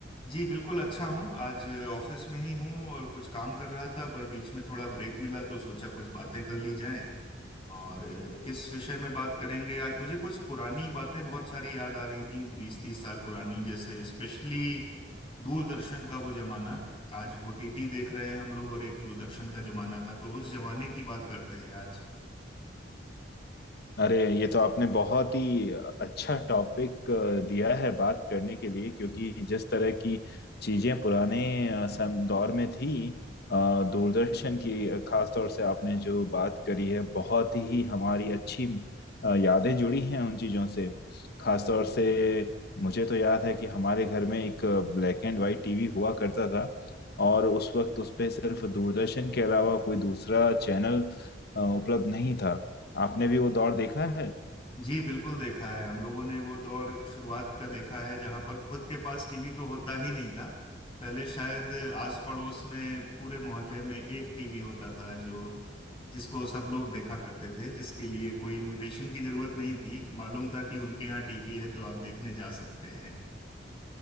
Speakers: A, on the left; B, on the left.
A: जी बिल्कुल अच्छा हूँ आज ऑफिस में ही हूँ और कुछ काम कर रहा था पर बीच में थोड़ा ब्रेक मिला तो सोचा कुछ बातें कर ली जाएं और अ, किस विषय में बात करेंगे आज मुझे कुछ पुरानी बातें बहुत सारी याद आ रही थी बीस तीस साल पुरानी जैसे स्पेशली दूरदर्शन का वो जमाना आज ओटीटी देख रहे हैं हम लोग और एक दूरदर्शन का जमाना था तो उस जमाने की बात करते हैं आज
B: अरे ये तो आपने बहुत ही अच्छा टॉपिक दिया है बात करने के लिए क्योंकि जिस तरह की चीजें पुराने अ, सम दौर में थी अ, दूरदर्शन की अ, खास तौर से आपने जो बात करी है बहुत ही हमारी अच्छी अ, यादें जुड़ी हैं उन चीजों से खास तौर से मुझे तो याद है कि हमारे घर में एक ब्लैक एंड वाइट टीवी हुआ करता था और उस वक्त उस पे सिर्फ दूरदर्शन के अलावा कोई दूसरा चैनल अ, उपलब्ध नहीं था आपने भी वो दौर देखा है
A: जी बिल्कुल देखा है हम लोगों ने वो दौर शुरुआत का देखा है जहां पर खुद के पास टीवी तो होता ही नहीं था पहले शायद आस पड़ोस में पूरे मोहल्ले में एक टीवी होता था जो जिसको सब लोग देखा करते थे जिसके लिए कोई इनविटेशन की जरूरत नहीं थी मालूम था कि उनके यहाँ टीवी है तो आप देखने जा सकते हैं